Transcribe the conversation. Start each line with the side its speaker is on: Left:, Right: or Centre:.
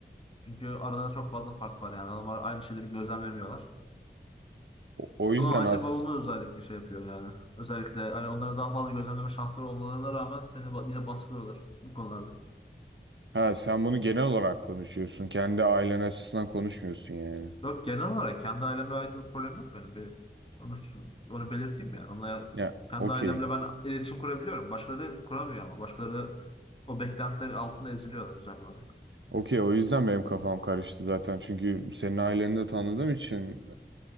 Left: Çünkü arada çok fazla fark var yani. Adamlar aynı şeyleri gözlemlemiyorlar.
Right: o yüzden
Left: Ama anne
Right: az.
Left: babamız özellikle şey yapıyor yani. Özellikle hani onları daha fazla gözlemleme şansları olmalarına rağmen seni ba- yine baskılıyorlar bu konularda.
Right: Ha sen bunu genel olarak konuşuyorsun. Kendi ailen açısından konuşmuyorsun yani.
Left: Yok genel olarak kendi ailemle alakalı problem yok benim. Bir, onu, onu belirteyim yani. Onlar,
Right: Ya
Left: kendi
Right: okey.
Left: ailemle ben iletişim kurabiliyorum. Başkaları kuramıyor ama. Başkaları o beklentileri altında eziliyorlar güzel olarak.
Right: Okey o yüzden benim kafam karıştı zaten. Çünkü senin aileni de tanıdığım için